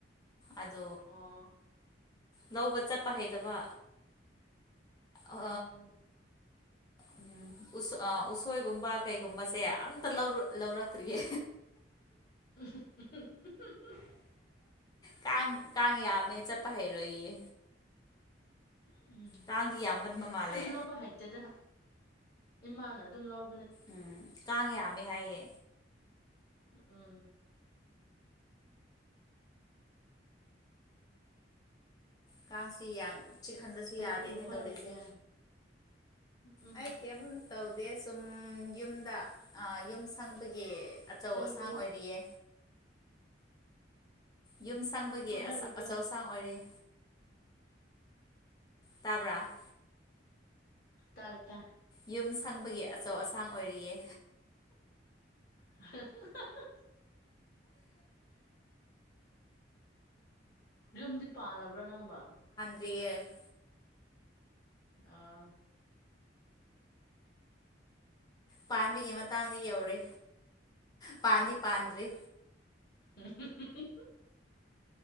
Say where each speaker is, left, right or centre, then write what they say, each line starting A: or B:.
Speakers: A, on the left; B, on the left.
A: ꯑꯗꫭ
B: ꯑꯣ
A: ꯂꯧꯕ ꯆꯠꯄ ꯍꯩꯇꯕ ꯑ
B: ꯎꯝ
A: ꯑꯝ ꯎꯁ ꯑ ꯎꯁꯣꯏꯒꯨꯝꯕ ꯀꯩꯒꯨꯝꯕꯁꯦ ꯑꯝꯇ ꯂꯧꯔꯛ ꯂꯧꯔꯛꯇ꯭ꯔꯤꯌꯦ
B: <inaudible>
A: ꯀꯥꯡ ꯀꯥꯡ ꯌꯥꯝꯃꯦ ꯆꯠꯄ ꯍꯩꯔꯣꯏꯌꯦ
B: ꯎꯝ
A: ꯀꯥꯡꯗꯤ ꯌꯥꯝ ꯀꯟꯕ ꯃꯥꯜꯂꯦ
B: ꯑꯩꯁꯨ ꯂꯧꯕ ꯍꯩꯇꯦꯗ ꯏꯃꯥꯅ ꯑꯗꯨꯝ ꯂꯧ
A: ꯎꯝ ꯀꯥꯡ ꯌꯥꯝꯃꯦ ꯍꯥꯏꯌꯦ
B: ꯎꯝ
A: ꯀꯥꯡꯁꯨ ꯌꯥꯝ ꯆꯤꯛꯍꯟꯕꯁꯨ
B: ꯀꯔꯤ
A: ꯌꯥꯗꯦꯅꯦ
B: ꯀꯔꯤ ꯍꯣꯠꯅꯔꯤꯒꯦ
A: ꯇꯧꯔꯤꯁꯦ
B: ꯎꯝ
A: ꯑꯩ ꯀꯩꯝ ꯇꯧꯗꯦ ꯁꯨꯝ ꯌꯨꯝꯗ ꯑ ꯌꯨꯝ ꯁꯪꯕꯒꯤ ꯑꯆꯧ
B: ꯀꯔꯤ
A: ꯑꯁꯥꯡ
B: ꯀꯔꯤ
A: ꯑꯣꯏꯔꯤꯌꯦ ꯌꯨꯝ ꯁꯪꯕꯒꯤ
B: ꯍꯣꯠꯅꯔꯤꯒꯦ
A: ꯑꯆꯧ ꯑꯁꯥꯡ ꯑꯣꯏꯔꯤꯌ‌ꯦ ꯇꯥꯕ꯭ꯔ
B: ꯇꯥꯏ ꯇꯥꯏ
A: ꯌꯨꯝ ꯁꯪꯕꯒꯤ ꯑꯆꯧ ꯑꯁꯥꯡ ꯑꯣꯏꯔꯤꯌꯦ
B: <inaudible> ꯌꯨꯝꯗꯤ ꯄꯥꯜꯂꯕ꯭ꯔꯥ ꯅꯪꯕꫭ
A: ꯗꫪꯤꯌ‌ꯦ <inaudible>
B: ꯑꯥ
A: ꯄꯥꯟꯕꯒꯤ ꯃꯇꯥꯡꯗꯤ ꯌꯧꯔꯦ ꯄꯥꯟꯗꯤ ꯄꯥꯟꯗ꯭ꯔꯤ
B: <inaudible>